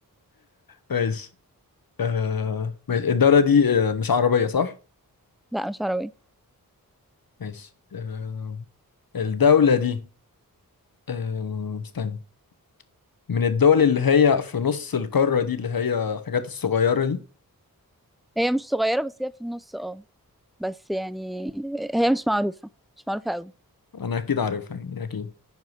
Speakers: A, on the left; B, in the centre.
A: ماشي آه ماشي الدوله دي آه مش عربيه صح
B: لا مش عربية
A: ماشي آه الدولة دي أم، استنى من الدول اللي هي في نص القارة دي اللي هي حاجات الصغيرة دي
B: هي مش صغيرة بس هي في النص اه بس يعني هي مش معروفة مش معروفة قوي
A: أنا أكيد عارفها يعني أكيد